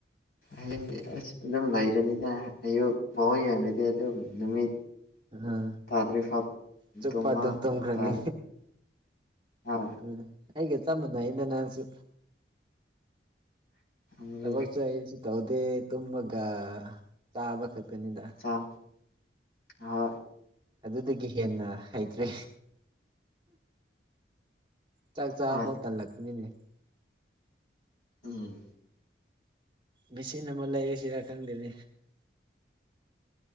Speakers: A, on the left; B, on the right.
A: ꯍꯌꯦꯡ ꯑꯁ ꯑꯗꯨꯝ ꯂꯩꯔꯅꯤꯅ ꯑꯌꯨꯛ ꯐꯥꯎ ꯌꯦꯡꯔꯗꯤ ꯑꯗꯨꯝ ꯅꯨꯃꯤꯠ
B: ꯑꯝ
A: ꯇꯥꯗ꯭ꯔꯤꯐꯥꯎ
B: ꯆꯨꯞꯄ
A: ꯇꯨꯝꯕ
B: ꯑꯗꯨꯝ ꯇꯣꯡꯈ꯭ꯔꯅꯤ
A: ꯇꯥꯔꯦ ꯍꯣꯏ
B: ꯎꯝ ꯑꯩꯒ ꯆꯃꯅ ꯏꯩꯅ ꯅꯥꯡꯁꯨ
A: ꯐꯪꯗ꯭ꯔꯦꯗ
B: ꯊꯕꯛꯁꯦ ꯑꯩꯁꯨ ꯇꯧꯗꯦ ꯇꯨꯝꯃꯒ ꯆꯥꯕ ꯈꯄꯦꯅꯤꯗ
A: ꯆꯥꯛ ꯍꯣꯏ
B: ꯑꯗꯨꯗꯒꯤ ꯍꯦꯟꯅ ꯍꯩꯇ꯭ꯔꯦ ꯆꯥꯛ ꯆꯥꯕꯐꯣꯠ
A: ꯍꯣꯏ
B: ꯇꯜꯂꯛꯄꯅꯤꯅꯦ
A: ꯎꯝ
B: ꯃꯦꯆꯤꯟ ꯑꯃ ꯂꯩꯔꯤꯁꯤꯔ ꯈꯪꯗꯦꯅꯤ